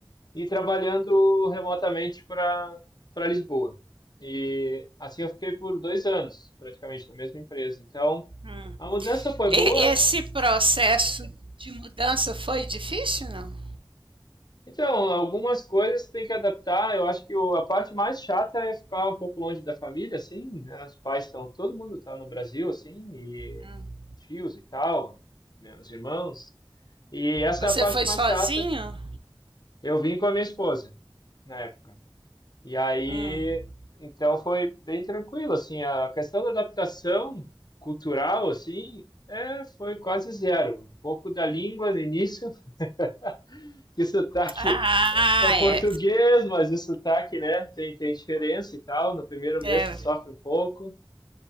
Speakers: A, on the left (about 50°); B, on the right (about 75°).
A: e trabalhando remotamente para para Lisboa. E assim eu fiquei por dois anos, praticamente, na mesma empresa. Então,
B: hum.
A: a mudança foi
B: E
A: boa.
B: esse processo de mudança foi difícil, não?
A: Então, algumas coisas tem que adaptar. Eu acho que o- a parte mais chata é ficar um pouco longe da família, assim, né? Os pais estão, todo mundo está no Brasil, assim, e
B: Hum.
A: tios e tal, meus irmãos. E essa
B: Você
A: é a parte
B: foi
A: mais
B: sozinho?
A: chata. Eu vim com a minha esposa na época. E aí,
B: Hum.
A: então foi bem tranquilo, assim, a questão da adaptação cultural, assim, é, foi quase zero. Um pouco da língua no início, <laughs> que o sotaque
B: Ah,
A: é português,
B: é.
A: mas o sotaque, né, tem, tem diferença e tal, no primeiro mês
B: é.
A: tu sofre um pouco,